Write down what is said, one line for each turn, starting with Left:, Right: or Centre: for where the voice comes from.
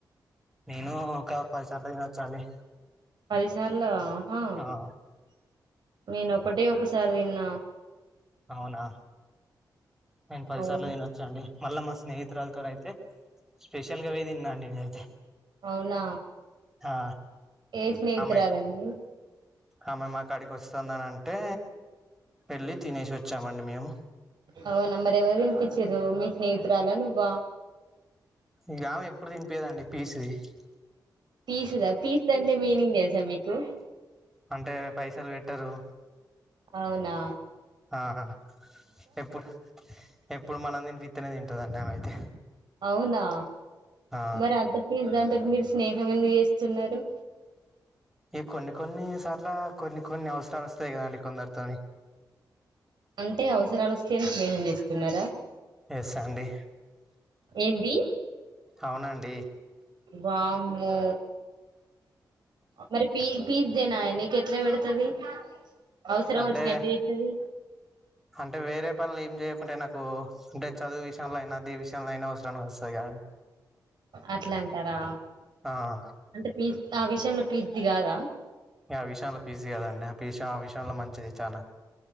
Centre: నేను ఒక పదిసార్ల తినోచ్చండి
Right: పదిసార్ల అహా
Centre: ఆ
Right: నేను ఒకటే ఒకసారి తిన్న
Centre: అవునా నేను పదిసార్ల
Right: అవును
Centre: తినో చ్చండి మళ్ళా మా స్నేహితురాలీతోనైతే స్పెషల్ గా పోయి తిన్నా అండి నినైతే
Right: అవునా
Centre: ఆ
Right: ఏ స్నేహితురాలండి
Centre: ఆమె ఆమె మాకడికి వస్తదని అంటే వెళ్ళి తినేసి వచ్చామండి మేము
Right: అవునా మరి ఎవరు వినిపించ్చిర్రు మీ స్నేహితురాలా నువ్వ
Centre: ఈకామె ఎప్పుడు తినిపీదండి <unintelligible>
Right: పీస్ద పీస్ది అంటే మీనింగ్ తెలుసా మీకు
Centre: అంటే పైసలు పెట్టరు
Right: అవున
Centre: ఆహా ఎప్పుడు ఎప్పుడు మనం తని విత్తనే తింటదట అమే అయితే
Right: అవునా
Centre: ఆ
Right: మరి అంత పిస్ దాంతో మీరు స్నేహం ఎందుకు చేస్తున్నారు
Centre: ఈ కొన్ని కొన్ని సార్ల కొన్ని కొన్ని అవసరాలు వస్తాయి కదండి కొందరితోని
Right: అంటే అవసరాలు వస్తాయని స్నేహం చేస్తున్నార
Centre: ఎస్ అండి
Right: ఏంది
Centre: అవునండి
Right: వామ్మో మరి పీ <unintelligible> ఇదేనా నీకు ఎట్ల పెడుతది అవసరం
Centre: అంటే
Right: వచ్చిన ఎట్ల చేతుంది
Centre: అంటే వేరే పనులు ఏం చేయకుంటే నాకు అంటే చదువు విషయంలో అయినా <unintelligible> విషయంలో అయినా వసరనికి వస్తందగా
Right: అట్ల అంటారా
Centre: ఆ
Right: అంటే పీస్ ఆ విషయంలో పీస్ది కాద
Centre: ఆ విషయంలో పీస్ది కదండి ఆ ప విష ఆ విషయంలో మంచిది చాలా